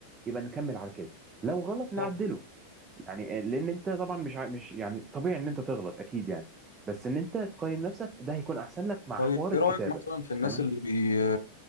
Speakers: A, on the right (about 20°); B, on the left (about 70°).
A: يبقى نكمل على كده لو غلط نعدله
B: طب
A: يعني آه، لان انت طبعا مش عا- مش يعني طبيعي ان انت تغلط اكيد يعني بس ان انت تقيم نفسك ده هيكون احسن لك مع
B: طيب
A: حوار الكتابه
B: ايه رأيك مثلا في الناس
A: تمام
B: اللي بي